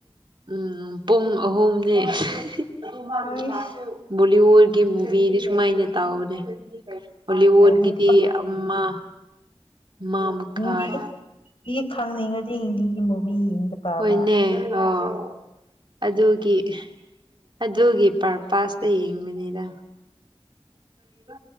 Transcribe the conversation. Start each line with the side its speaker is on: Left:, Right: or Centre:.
Right: ꯎꯝ ꯄꯨꯡ ꯑꯍꯨꯝꯅꯤ <unintelligible>
Left: ꯑꯩꯁ
Right: ꯋꯣꯔꯒꯤ ꯃꯨꯚꯤꯗꯤ ꯁꯨꯃꯥꯏꯅ ꯇꯥꯎꯗꯦ ꯎꯏ ꯂꯩꯔꯦ ꯍꯣꯂꯤꯋꯗꯒꯤꯗꯤ
Left: ꯑꯩꯗꯤ
Right: ꯑꯃ ꯑꯃ ꯃꯈꯥꯏ
Left: ꯍꯤꯟꯗꯤꯒꯤ ꯈꯪꯅꯤꯡꯉꯗꯤ ꯍꯤꯟꯗꯤꯒꯤ ꯃꯨꯚꯤ ꯌꯦꯡꯕ ꯇꯥꯅ
Right: ꯍꯣꯏꯅꯦ ꯑꯣ ꯑꯗꯨꯒꯤ ꯑꯗꯨꯒꯤ ꯄꯔꯄꯥꯁꯇ ꯌꯦꯡꯕꯅꯤꯗ ꯀꯔꯤꯕ